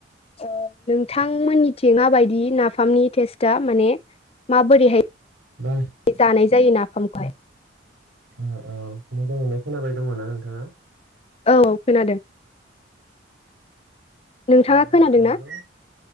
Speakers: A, on the left; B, on the right.
A: ओ नोंथांमोननिथिं माबायदि नाफामनि टेस्टआ माने माबोरैहाय
B: दा
A: जानाय जायो नाफामखौहाय
B: औ औ मोजाङैनो खोनाबाय दङ ना नोंथाङा?
A: औ खोनादों। नोंथाङा
B: ओ
A: खोनादों
B: नंगौ
A: ना